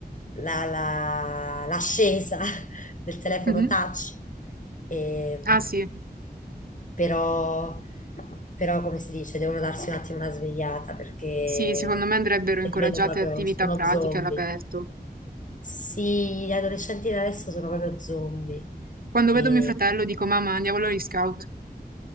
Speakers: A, on the left; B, on the right.
A: la, la- l'ascesa <laughs> del telefono
B: Mhm.
A: touch, e,
B: Ah sì,
A: però, però come si dice, devono darsi un attimo una svegliata perché
B: sì, secondo me andrebbero incoraggiate
A: li vedo proprio,
B: attività
A: sono
B: pratiche
A: zombie.
B: all'aperto.
A: Sì, gli adolescenti di adesso sono proprio zombie.
B: Quando
A: E
B: vedo mio fratello dico, mamma, andiamo agli scout.